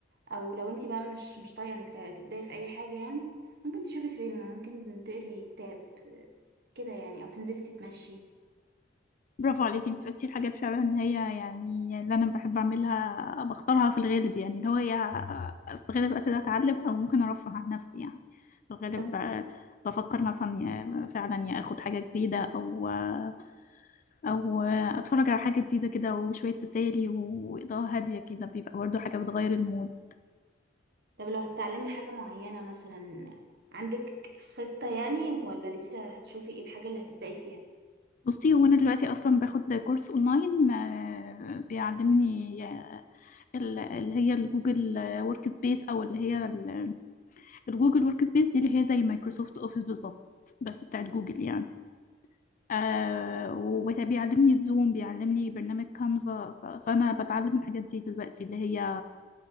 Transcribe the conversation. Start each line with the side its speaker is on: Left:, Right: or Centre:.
Right: او لو انتي بقى مش مش طايقة انك ت- تبدأي في اي حاجة يعني ممكن تشوفي فيلم ممكن تقري كتاب آه، كده يعني او تنزلي تتمشي
Left: برافو عليك انت بتقولي الحاجات فعلا ان هي يعني اللي انا بحب اعملها بختارها في الغالب يعني اللي هو هي استغل الوقت ده اتعلم او ممكن ارفه عن نفسي يعني في الغالب
Right: طب
Left: آه، بفكر مثلا يا- فعلا يا اخد حاجة جديدة او آه، او آه، اتفرج على حاجة جديدة كده وشوية تسالي واضاءة هادية كده بيبقى برضو حاجة بتغير المود
Right: طب لو هتتعلمي حاجة معينة مثلا عندك خطة يعني ولا لسه هتشوفي ايه الحاجة اللي هتبدأي فيها؟
Left: بصي هو انا دلوقتي اصلا باخد كورس اونلاين آه، بيعلمني آه، ال- اللي هي الجوجل ورك سبيس او اللي هي ال- الجوجل ورك سبيس دي اللي هي زي مايكروسوفت اوفيس بالظبط بس بتاعت جوجل يعني آه وبيعلمني الزوم بيعلمني برنامج كانفا ف- فانا بتعلم الحاجات دي دلوقتي اللي هي